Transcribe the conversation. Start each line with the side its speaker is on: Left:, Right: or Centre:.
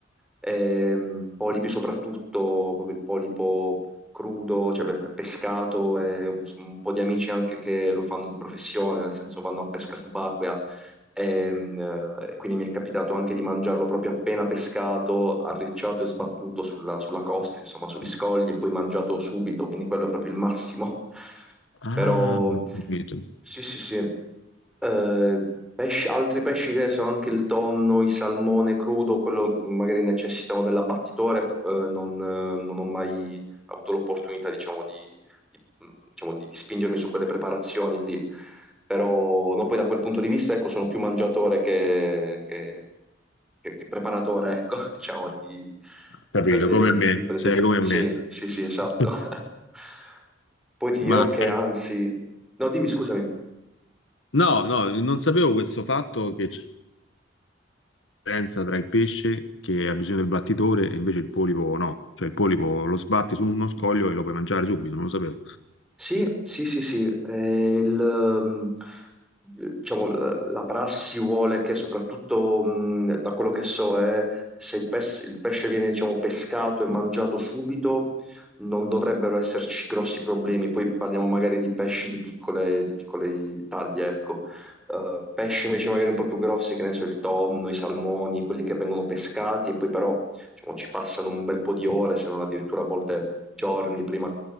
Centre: Ehm, polipi soprattutto, proprio il polipo crudo, cioè beh, pescato, e un, un po' di amici anche che lo fanno di professione, nel senso vanno a pesca subacquea Ehm, eh, quindi mi è capitato anche di mangiarlo proprio appena pescato, arricciato e sbattuto sulla, sulla costa, insomma, sugli scogli e poi mangiato subito, quindi quello è proprio il massimo. <laughs>
Left: Ah,
Centre: Però
Left: ho capito.
Centre: sì, sì, sì. Eh, pesci- altri pesci che ne so, anche il tonno, il salmone crudo, quello magari necessitano dell'abbattitore, eh, non, eh, non ho mai avuto l'opportunità, diciamo, di, di- diciamo, di- di spingermi su quelle preparazioni lì però no, poi da quel punto di vista, ecco, sono più mangiatore che, che- che- che preparatore, ecco, <laughs> diciamo, di, di
Left: Capito,
Centre: quelle,
Left: come me.
Centre: di quelle
Left: Sei
Centre: pietà.
Left: come
Centre: Sì,
Left: me.
Centre: sì, sì, esatto.
Left: <laughs>
Centre: <laughs> Poi ti
Left: Ma
Centre: dirò che anzi... No, dimmi, scusami.
Left: no, no, non sapevo questo fatto che c'è una differenza tra il pesce che ha bisogno del battitore e invece il polipo no. Cioè il polipo lo sbatti su uno scoglio e lo puoi mangiare subito, non lo sapevo.
Centre: Sì, sì, sì, sì. eh, il, ehm, diciamo, la, la prassi vuole che soprattutto, mh, da quello che so, è se il, pes- il pesce viene, diciamo, pescato e mangiato subito, non dovrebbero esserci grossi problemi. Poi parliamo magari di pesci di piccole, di piccole taglie, ecco. Eh, pesci invece magari un po' più grossi, che ne so, il tonno, i salmoni, quelli che vengono pescati e poi però, diciamo, ci passano un bel po' di ore, se non addirittura a volte giorni prima